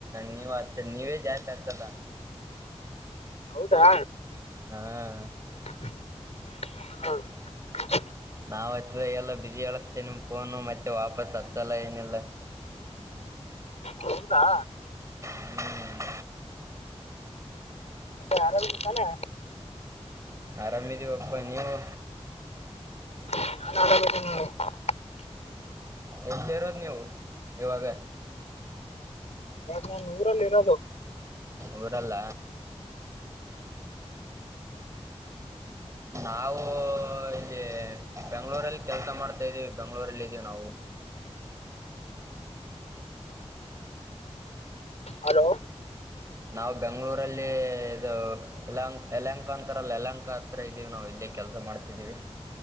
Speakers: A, on the right; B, on the left.
A: ನೀವ್ ಹಾಕ್ತಿ ನೀವೆ ಜಾ ಆಯ್ತ್ ಆಯ್ತೆಲ್ಲ.
B: ಹೌದಾ?
A: ಹಾಂ
B: <unintelligible>
A: ನಾವ್ ಹಚ್ವಾಗೆಲ್ಲ ಬ್ಯುಸಿಯಾಗಿರುತ್ತೆ ನಿಮ್ ಫೋನು ಮತ್ತೆ ವಾಪಸ್ ಹಚ್ಚಲ್ಲ ಏನಿಲ್ಲ. <inaudible>
B: ಹೌದಾ?
A: ಹ್ಮ್
B: ಎಲ್ಲ ಆರಾಮಿದ್ ತಾನೆ?
A: ಆರಾಮಿದೀವಪ್ಪಾ ನೀವು?
B: <unintelligible>
A: ಎಲ್ಲಿರೋದ್ ನೀವು ಇವಾಗ?
B: ನಾನೂರಲ್ಲಿರದು.
A: ಊರಲ್ಲ? ನಾವು ಇಲ್ಲಿ ಬೆಂಗ್ಳೂರಲ್ ಕೆಲ್ಸ ಮಾಡ್ತಾಯಿದೀವಿ ಬೆಂಗ್ಳೂರಲ್ಲಿದೀವಿ ನಾವು.
B: ಹಲೋ
A: ನಾವ್ ಬೆಂಗ್ಳೂರಲ್ಲಿ ಇದು ಯಲಂಕ್ ಯಲಂಕ ಅಂತಾರಲ್ಲ ಯಲಂಕ ಹತ್ರ ಇದೀವಿ ನೋಡಿ ಇ ತೆ ಕೆಲ್ಸ ಮಾಡ್ತಿದ್ದೀವಿ.